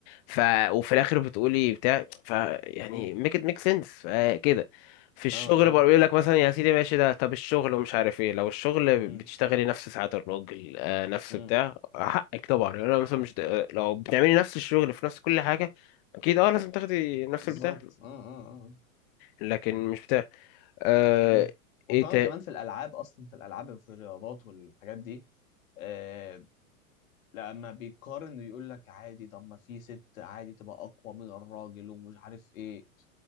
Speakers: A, on the left; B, on the left.
A: ف وفي الاخر بتقولي بتاع ف يعني
B: امم
A: ميك ات ميك سنس كده في الشغل
B: اه اه
A: بقى يقول لك مثلا يا سيدي ماشي ده طب الشغل ومش عارف ايه لو الشغل
B: امم
A: بتشتغلي نفس ساعات الراجل آه، نفس
B: امم
A: بتاع حقك طبعا يعني انا مثلا مش د- آه، لو بتعملي نفس الشغل في نفس كل حاجه اكيد اه لازم تاخدي نفس
B: بالظبط
A: البتاع
B: اه اه اه
A: لكن مش بتاع آه،
B: امم وطبعا
A: ايه تا
B: كمان في الالعاب اصلا في الالعاب في الرياضات والحاجات دي آه لما بيقارن يقول لك عادي طب ما في ست عادي تبقى اقوى من الراجل ومش عارف ايه